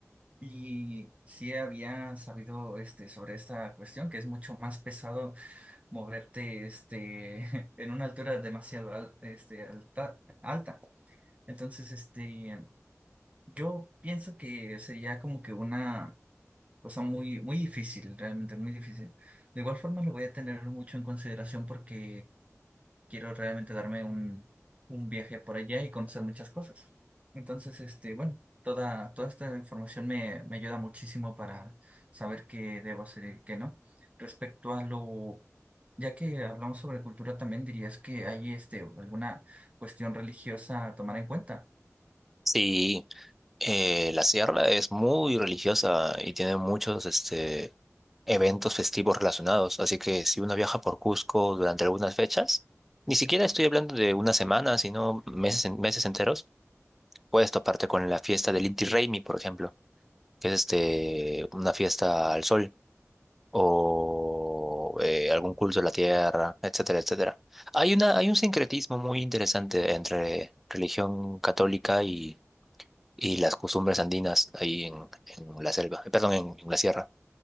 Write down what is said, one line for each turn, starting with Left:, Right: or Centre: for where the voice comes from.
Right: Y sí había sabido este, sobre esta cuestión, que es mucho más pesado moverte este, <laughs> en una altura demasiado al- este, alta, alta. Entonces, este, yo pienso que sería como que una Cosa muy, muy difícil, realmente muy difícil. De igual forma lo voy a tener mucho en consideración porque quiero realmente darme un, un viaje por allá y conocer muchas cosas. Entonces, este, bueno, toda, toda esta información me, me ayuda muchísimo para saber qué debo hacer y qué no. Respecto a lo, ya que hablamos sobre cultura, también dirías que hay este, alguna cuestión religiosa a tomar en cuenta.
Centre: Sí, eh, la sierra es muy religiosa y tiene muchos este, eventos festivos relacionados. Así que si uno viaja por Cusco durante algunas fechas, ni siquiera estoy hablando de una semana, sino meses, en- meses enteros, puedes toparte con la fiesta del Inti Raymi, por ejemplo, que es este, una fiesta al sol. o eh, algún culto de la tierra, etcétera, etcétera. Hay una, hay un sincretismo muy interesante entre religión católica y, y las costumbres andinas ahí en, en la selva, eh, perdón, en, en la sierra.